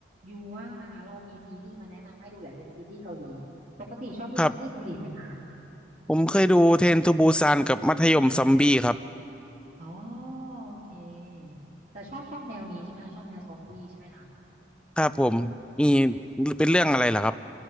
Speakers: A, on the right (about 40°); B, in the centre.
A: ยูว่างนะคะเรามีซีรีส์มาแนะนำให้ดูแหละเป็นซีรีส์เกาหลีปกติชอบดูซีรีส์เกาหลีไหมคะ
B: ครับผมเคยดูเทรนทูบูซานกับมัธยมซอมบี้ครับ
A: อ๋อโอเคแต่ชอบชอบแนวนี้ใช่ไหมคะชอบแนวซอมบี้ใช่ไหมคะ
B: ครับผมมีเป็นเรื่องอะไรลหรอครับ